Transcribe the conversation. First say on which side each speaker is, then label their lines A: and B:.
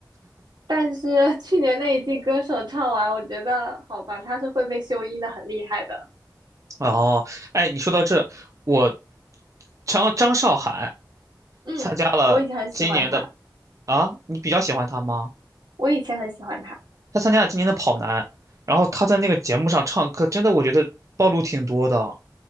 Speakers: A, on the right; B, on the right.
A: 但是 <laughs> 去年那一季歌手唱完，我觉得好吧，他是会被修音的，很厉害的。
B: 哦。哎，你说到这，我张张韶涵
A: 嗯，
B: 参加了今年的
A: 我以前很喜欢他，
B: 啊，你比较喜欢她吗？
A: 我以前很喜欢他。
B: 她参加了今年的跑男，然后她在那个节目上唱歌，真的我觉得暴露挺多的。